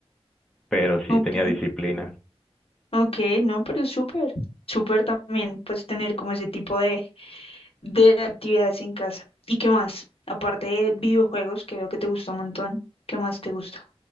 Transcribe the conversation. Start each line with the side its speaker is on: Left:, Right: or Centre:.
Centre: pero sí
Left: ok,
Centre: tenía disciplina.
Left: ok, no, pero súper, súper también, pues tener como ese tipo de, de actividades en casa. ¿Y qué más? Aparte de videojuegos, que veo que te gusta un montón, ¿qué más te gusta?